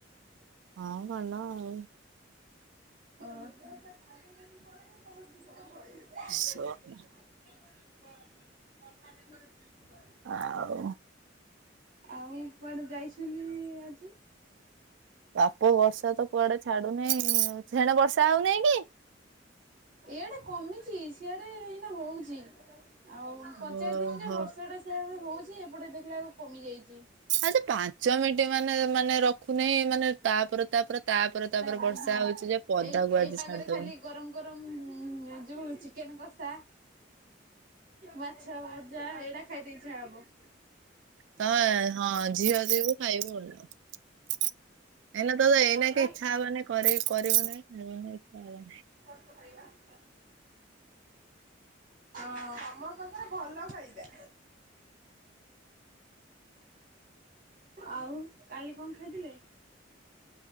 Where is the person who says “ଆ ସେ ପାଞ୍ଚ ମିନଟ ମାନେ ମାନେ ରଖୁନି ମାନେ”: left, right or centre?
Right